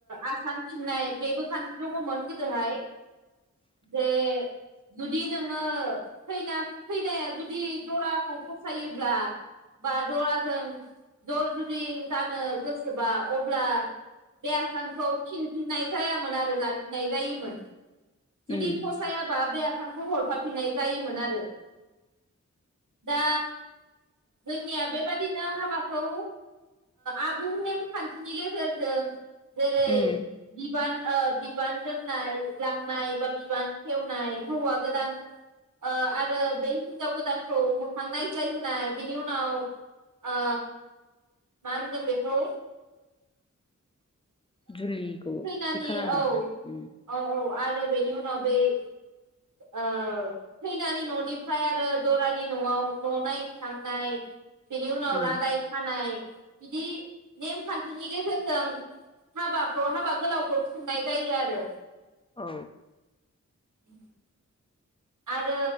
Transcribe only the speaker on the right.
आसान फिननाय बेबो खान्थि दङमोन गोदोहाय जे जुदि नोङोैना खैनाया जुदि दराखौ फसायोब्ला बा दराजों जर जुरि जानो गोसोबा अब्ला बे आसानखौ फिनफिननाय जायामोन आरो लाखिनाय जायोमोन। जुदि
फसायाबा बे सखौ हरफाफिननाय जायोमोन आरो दा जोंनिया बेबादिनो हाबाखौ आबुं नेमखान्थिनि गेजेरजों जेरै
बिबान ओ बिबान दोननाय लांनाय बा बिबान खेवनाय हौवा गोदान ओ आरो बे हिनजाव गोदानखौ मोखां नायज्लाय होनाय बिनि उनाव ओ मा होनगोन बेखौ
खैनानि
औ औ
औ आरो आरो बेनि उनाव बे ओ खैनानि न'निफ्राय आरो दरानि न'आव न' नायनो थांनाय बिनि उनाव
रादाय खानाय बिदि नेमखान्थिनि गेजेरजों हाबाखौ हाबा गोलावखौ खुंनाय जायो आरो।
उम आरो